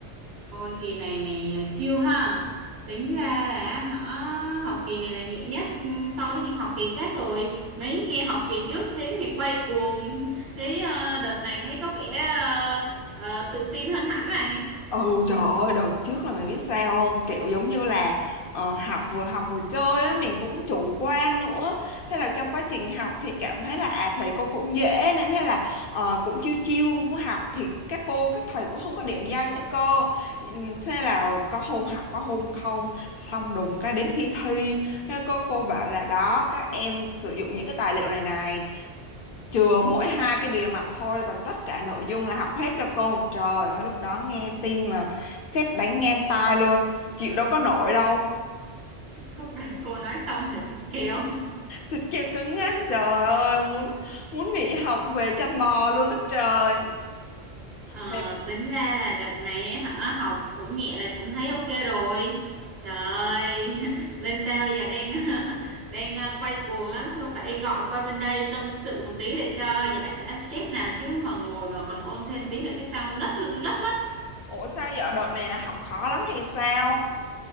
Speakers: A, on the right; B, on the left.
A: ôi kỳ này mày ờ, chill ha. Tính ra là hả? Học kỳ này là nhẹ nhất ừ, so với những học kỳ khác rồi. Mấy nghe học kỳ trước thấy mày quay cuồng. <laughs> Thấy ờ, đợt này thấy có vẻ ờ, ờ, tự tin hơn hẳn này.
B: Ừ trời ơi đợt trước là mày biết sao không kiểu giống như là ờ, học vừa học vừa chơi á mình cũng chủ quan nữa thế là trong quá trình học thì cảm thấy là à thầy cô cũng dễ nên thế là ờ, cũng chiêu chiêu cũng học thì các cô các thầy cũng không có điểm danh nữa cơ Ừm, thế là có hôm học có hôm không xong đùng cái đến khi thi thế có cô bảo là đó các em sử dụng những cái tài liệu này này chừa mỗi hai cái bìa mặt thôi còn tất cả nội dung là học hết cho cô trời ơi lúc đó nghe tin mà sét đánh ngang tai luôn chịu đâu có nổi đâu
A: Khúc đấy cô nói xong là xịt kèo.
B: thịt kêu cứng ngắc
A: <laughs>
B: trời ơi muốn muốn nghỉ học về chăn bò luôn đó trời
A: Ờ,
B: nên
A: tính ra là đợt này ấy hả học cũng nhẹ là cũng thấy ok rồi trời ơi, <laughs> bên tao giờ đang <laughs> đang ờ, quay cuồng lắm xong phải gọi qua bên đây tâm sự một tí để cho giải tỏa stress nè chứ mà ngồi mà còn ôn thêm tí nữa chắc tao ngất ngất mất
B: ủa sao giờ đợt này là học khó lắm hay sao